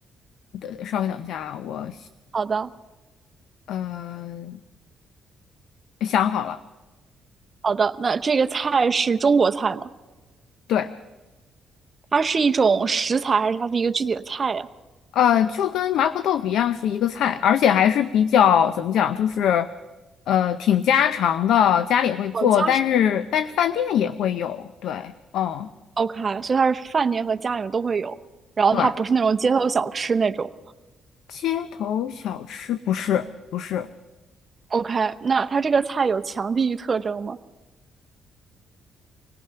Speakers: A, on the left (about 80°); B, on the right (about 35°).
A: 等稍微等一下啊，我
B: 好的，
A: 呃想好了，
B: 好的，那这个菜是中国菜吗？
A: 对。
B: 它是一种食材还是它是一个具体的菜呀？
A: 呃，就跟麻婆豆腐一样是一个菜，而且还是比较怎么讲，就是呃挺家常的，家里会做，
B: 哦，家常，
A: 但是但是饭店也会有，对，嗯，
B: OK，所以它是饭店和家里面都会有，然后它不是那种街头小吃那种。
A: 对，街头小吃不是不是，
B: OK，那它这个菜有强地域特征吗？